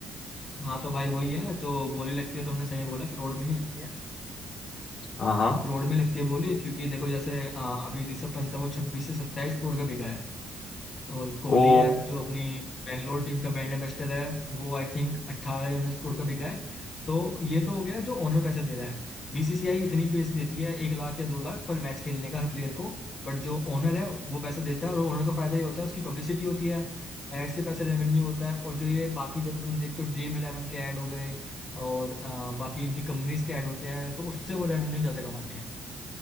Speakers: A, on the left; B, on the left.
A: हाँ तो भाई वही है जो बोली लगती है तुमने सही बोला कि रोड में ही लगती है
B: हाँ हाँ
A: करोड़ में लगती है बोली क्योंकि देखो जैसे अ, अभी ऋषभ पंत है वो छब्बीस से सत्ताईस करोड़ का बिका है और कोहली
B: ओ
A: है जो अपनी बैंगलोर टीम का बैटर बेस्टर है वो आई थिंक अट्ठारह या उन्नीस करोड़ का बिका है तो ये तो हो गया जो ओनर पैसे दे रहा है बीसीसीआई इतनी फीस देती है एक लाख या दो लाख पर मैच खेलने का हर प्लेयर को बट जो ओनर है उस- वो पैसा देता है और ओनर का फायदा ये होता है उसकी पब्लिसिटी होती है एड से पैसे रेवेन्यू होता है और जो ये बाकी जैसे तुम देखते हो ड्रीम इलेवन के ऐड हो गए और अ, बाकी इनकी कंपनीज के ऐड होते हैं तो उससे वो रेवेन्यू ज्यादा कमाते हैं